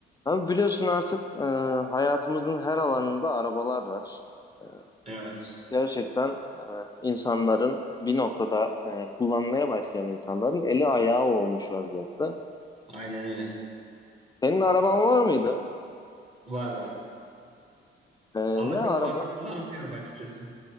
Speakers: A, on the left (about 20°); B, on the right (about 30°).
A: Abi biliyorsun artık e, hayatımızın her alanında arabalar var. E,
B: Evet,
A: Gerçekten e, insanların bir noktada e, kullanmaya başlayan insanların eli ayağı olmuş vaziyette.
B: aynen öyle.
A: Senin araban var mıydı?
B: Var var.
A: E,
B: Ama
A: ne araba?
B: çok fazla kullanmıyorum açıkçası.